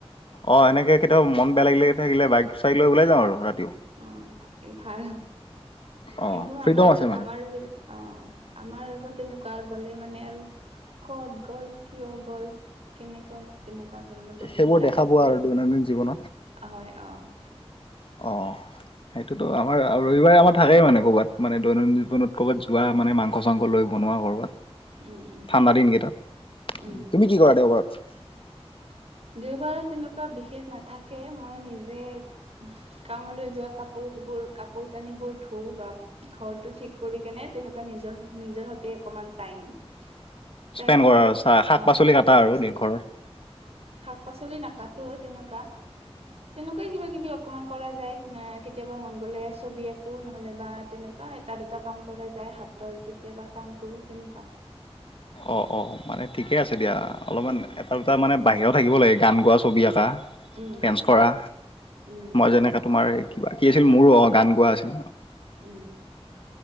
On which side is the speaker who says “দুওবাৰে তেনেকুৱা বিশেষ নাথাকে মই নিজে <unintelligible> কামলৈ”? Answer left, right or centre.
Right